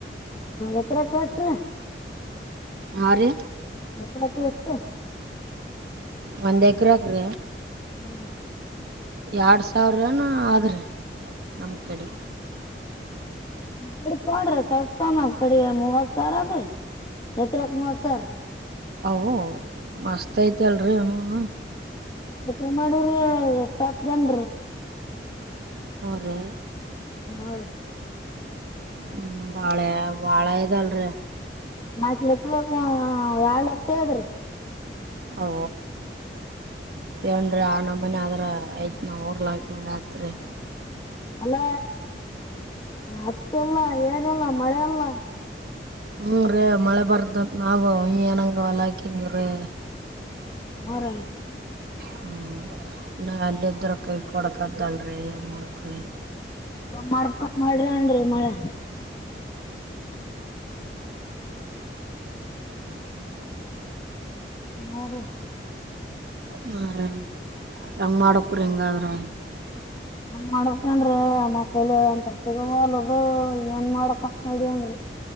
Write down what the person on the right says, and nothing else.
ಹರೆ
ಒಂದಂದೇಕರಾಗ್ರೇ
ಎರಡ್ ಸಾವಿರನ ಆದ್ರಿ ನಮ್ ಕಡೆ
ಅವು ಮಸ್ತ್ ಐತಿ ಅಲ್ರಿ ಹೂನು
ಅವರೆ
ಹ್ಮ ಬಾಳೆ ಬಾಳ ಇದಲ್ರಿ
ಓ ಏನ್ ರಿ ಆ ನಮ್ಮನ ಆದ್ರ ಐತ್ ನಾವ ಊರ್ಲಾಕ್ ಹಂಗ ಆತ್ರಿ
ಹ್ಮ ರೀ ಮಳೆ ಬರ್ದ ನಾವವು ಏನಂಗ ಹೊಲ್ಲ ಹಾಕಿದವ್ರೀ
ಹ್ಮ್ ನ ಅಲ್ಲ ಇದ್ರ ಕೈ ಕೊಡಕದಲ್ರರಿ ಹೆ ಮಾಡಡಕ್ರಿ
ಹ ರೀ ಹೆಂಗ್ ಮಾಡಕ್ ರಿ ಹೆಂಗಾದ್ರ